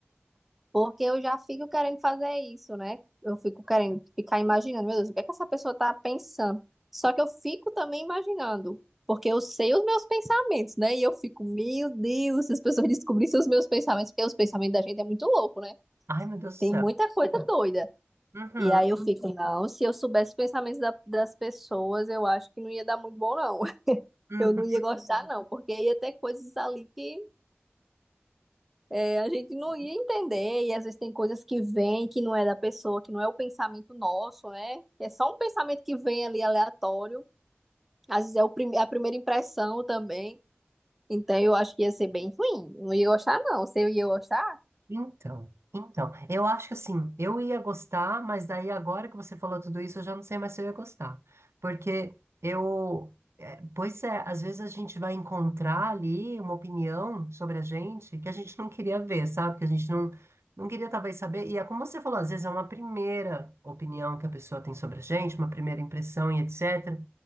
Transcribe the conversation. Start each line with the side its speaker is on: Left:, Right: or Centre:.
Centre: porque eu já fico querendo fazer isso, né? Eu fico querendo ficar imaginando, meu Deus, o que é que essa pessoa tá pensando? Só que eu fico também imaginando, porque eu sei os meus pensamentos, né? E eu fico, meu Deus, se as pessoas descobrissem os meus pensamentos, porque os pensamentos da gente é muito louco, né?
Right: Ai, meu Deus
Centre: Tem
Right: do céu.
Centre: muita coisa doida.
Right: Uhum,
Centre: E aí eu fico, não, se eu soubesse os pensamentos da- das pessoas, eu acho que não ia dar muito bom, não. <laughs>
Right: uhum.
Centre: Eu não ia gostar, não, porque ia ter coisas ali que é, a gente não ia entender, e às vezes tem coisas que vêm que não é da pessoa, que não é o pensamento nosso, né? É só um pensamento que vem ali aleatório. Às vezes é o prime- a primeira impressão também. Então eu acho que ia ser bem ruim. Não ia gostar, não. Se eu ia gostar,
Right: Então, então, eu acho que assim, eu ia gostar, mas daí agora que você falou tudo isso, eu já não sei mais se eu ia gostar. Porque eu, é, pois é, às vezes a gente vai encontrar ali uma opinião sobre a gente que a gente não queria ver, sabe? Que a gente não, não queria talvez saber. E é como você falou, às vezes é uma primeira opinião que a pessoa tem sobre a gente, uma primeira impressão e etc.